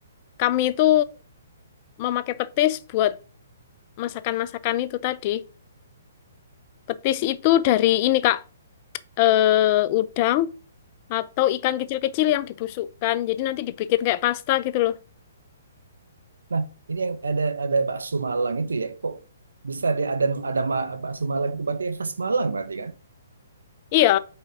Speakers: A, on the left; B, on the right.
A: kami itu memakai petis buat masakan-masakan itu tadi. Petis itu dari ini Kak eh, udang atau ikan kecil-kecil yang dibusukkan. Jadi nanti dibikin kayak pasta gitu loh.
B: Nah, ini yang ada ada bakso Malang itu ya. Kok bisa dia ada ada ma- bakso Malang itu berarti khas Malang berarti kan?
A: Iya,